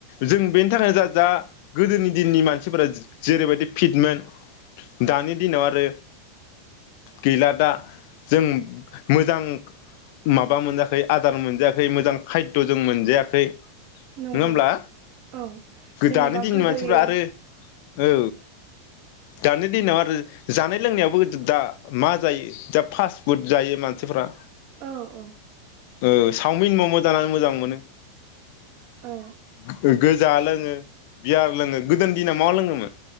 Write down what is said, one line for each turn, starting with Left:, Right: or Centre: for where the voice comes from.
Left: जों बेनि थाखायनो जा दा गोदोनि दिननि मानसिफोरा जेरै बायदि फिटमोन दानि दिनाव आरो गैला दा। जों मोजां माबा मोनजाखै आदार मोनजायाखै मोजां खायद' जों मोनजायाखै
Right: नंगौ
Left: नङा होमब्ला?
Right: औ जेनेबा
Left: दानि दिननि
Right: गोदोयो
Left: मानसिफ्रा आरो औ। दानि दिनाव आरो जानाय लोंनायावबो दा मा जायो दा फास्ट फुड जायो मानसिफ्रा
Right: औ औ।
Left: ओ सावमिन मम' जानानै मोजां मोनो।
Right: औ
Left: <unintelligible> लोङो बियार लोङो गोदो दिना मा लोङोमोन